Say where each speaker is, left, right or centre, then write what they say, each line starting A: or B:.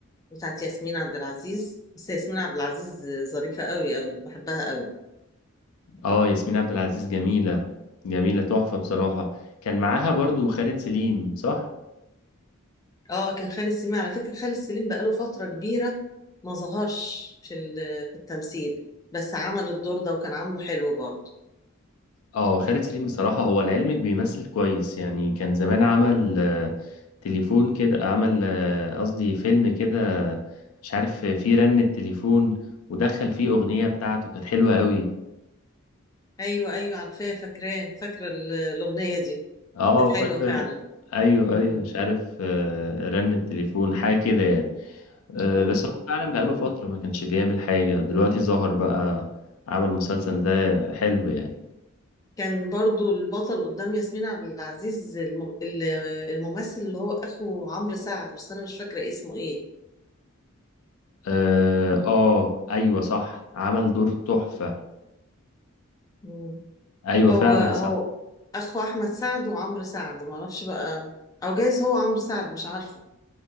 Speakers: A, on the left; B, on the left.
A: بتاعت ياسمين عبد العزيز بس ياسمين عبد العزيز ظريفة قوي قوي بحبها قوي
B: اه ياسمين عبد العزيز جميلة جميلة تحفة بصراحة كان معاها برضو خالد سليم صح؟
A: اه كان خالد سليم على فكرة خالد سليم بقاله فترة كبيرة ما ظهرش في ال- في التمثيل بس عمل الدور ده وكان عامله حلو برضه
B: اه خالد سليم بصراحة هو لعلمك بيمثل كويس يعني كان زمان عمل آه، تليفون كده عمل آه، قصدي فيلم كده مش عارف آه، فيه رن التليفون ودخل فيه أغنية بتاعته كانت حلوة قوي
A: ايوه ايوه عارفاه فاكراه فاكرة ال- الأغنية دي
B: اه
A: كانت حلوة
B: فاكرة
A: فعلا
B: ايوه ايوه
A: مم.
B: مش عارف آه، رن التليفون حاجة كده يعني آه،
A: اه
B: بس هو فعلا بقاله فترة ما كانش بيعمل حاجة دلوقتي ظهر بقى عمل المسلسل ده حلو يعني
A: كان برضه البطل قدام ياسمين عبد العزيز الم- ال- الممثل اللي هو اخو عمرو سعد بس انا مش فاكرة اسمه ايه
B: اه آه، ايوه صح عمل دور تحفة
A: مم.
B: ايوه
A: هو
B: فعلا
A: هو
B: صح
A: اخو احمد سعد وعمرو سعد معرفش بقى او جايز هو عمرو سعد مش عارفة